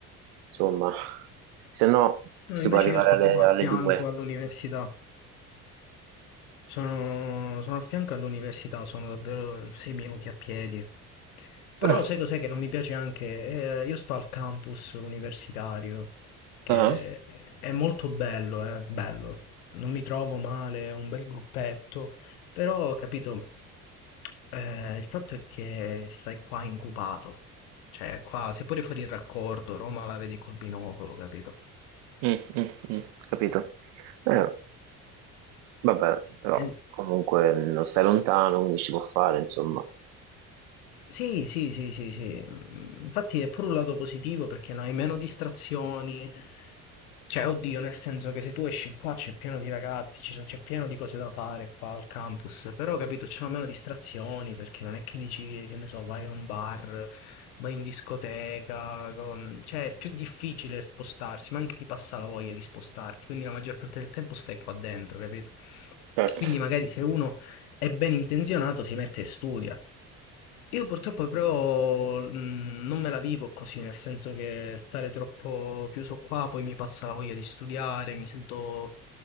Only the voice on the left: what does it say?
No,
invece
io sto
proprio a
fianco
all'università. Sono, sono a fianco all'università, sono davvero sei minuti a piedi. Però
sai cos'è che non mi piace anche? Eh, io sto al campus universitario, che
è molto bello, eh, bello. Non mi trovo male, è un bel gruppetto, però, capito, eh, il fatto è che stai qua incubato. Cioè, qua, se pure fuori il raccordo, Roma la vedi col binocolo, capito?
E
Sì, sì, sì, sì, sì. Mm, Infatti è pure un lato positivo perché non hai meno distrazioni. Cioè, oddio, nel senso che se tu esci qua c'è pieno di ragazzi, ci so- c'è pieno di cose da fare qua al campus, però capito, ci sono meno distrazioni perché non è che dici, che ne so, vai a un bar, vai in discoteca, con- cioè è più difficile spostarsi, ma anche ti passa la voglia di spostarti, quindi la maggior parte del tempo stai qua dentro, capito?
Quindi magari se uno è ben intenzionato si mette e studia. Io purtroppo però mh, non me la vivo così, nel senso che stare troppo chiuso qua poi mi passa la voglia di studiare, mi sento